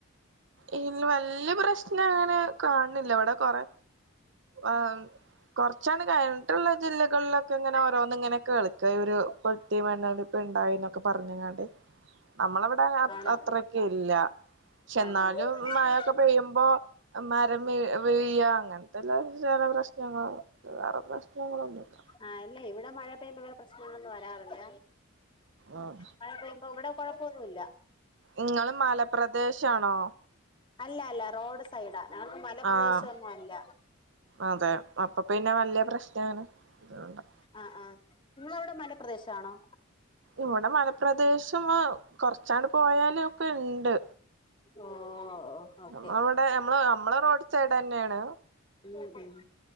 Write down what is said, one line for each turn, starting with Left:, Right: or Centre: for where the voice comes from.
Right: ഈ വല്യ പ്രശ്നം അങ്ങനെ കാൺണില്ല ഇവടെ കൊറെ ആഹ് കൊർച്ചാണ്ട് കഴിഞ്ട്ട്ള്ള ജില്ലകളിലൊക്കെ ഇങ്ങനെ ഓരോന്ന് ങ്ങനെ കേൾക്ക ഉരു പൊട്ടി മണ്ണൊലിപ്പ്ണ്ടായി ന്നൊക്കെ പറഞ്ഞ്ങ്ങാ ണ്ട്. നമ്മളെവടെ
Left: ആണോ
Right: അത്രക്ക് ഇല്ല ശ്ശെ
Left: ആണോ
Right: ന്നാലും
Left: ഓക്കെ
Right: മഴൊക്കെ പെയ്യുമ്പോ മരം വെ വെയ്യ അങ്ങൻത്തെല്ലാ ചെല പ്രശ്നങ്ങൾ വേറെ പ്രശ്നങ്ങളൊന്നുല്ല
Left: ആഹ് ഇല്ല ഇവിടെ മഴ പെയ്യുമ്പോ വേറെ പ്രശ്നങ്ങളൊന്നും വരാറില്ല.
Right: ഉം
Left: മഴ പെയ്യുമ്പോ ഇവടെ കുഴപ്പൊന്നുല്ല
Right: ഇങ്ങള് മലപ്രദേശാണോ
Left: അല്ല അല്ല റോഡ് സൈഡാ. ഞങ്ങൾത് മല പ്രദേശൊന്നും
Right: ആഹ്
Left: അല്ല
Right: അതെ. അപ്പ പിന്നെ വലിയ പ്രശ്നാണ്. അതോണ്ടാ
Left: ആഹ് ആഹ്. ഇങ്ങളവിടെ മലപ്രദേശ ആണോ?
Right: ഇവിടെ മലപ്രദേശം ആഹ് കൊറച്ചാണ്ട് പോയാലും ഒക്കെ ഇണ്ട്.
Left: ഓഹ് ഓക്കെ.
Right: നമ്മളവിടെ നമ്മള് നമ്മളെ റോഡ് സൈഡന്നെയാണ്
Left: ഉം ഉം